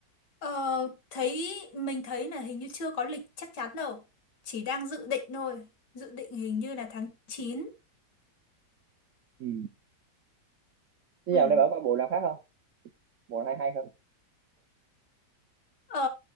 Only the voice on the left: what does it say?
Ờ, thấy mình thấy là hình như chưa có lịch chắc chắn đâu, chỉ đang dự định thôi. Dự định hình như là tháng chín
Ừ.
Ờ,